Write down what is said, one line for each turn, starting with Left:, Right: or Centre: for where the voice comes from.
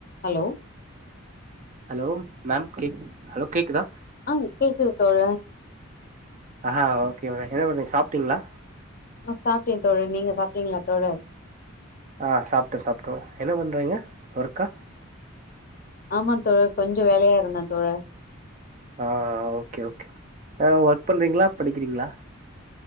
Left: ஹலோ
Right: ஹலோ மேம் கேக் ஹலோ கேக்குதா
Left: ஆ கேக்குது தோழ
Right: ஆஹா ஓகே மேடோ என்ன மேடம் சாப்ட்டீங்களா
Left: ஆ சாப்ட்டே தோழர் நீங்க சாப்ட்டீங்களா தோழர்
Right: ஆ சாப்ட்டே சாப்ட்டே என்ன பண்றீங்க ஒர்க்கா
Left: ஆமா தோழர் கொஞ்சோ வேலையா இருந்த தோழர்
Right: ஆ ஓகே ஓகே ஒர்க் பண்றீங்களா படிக்கிறீங்களா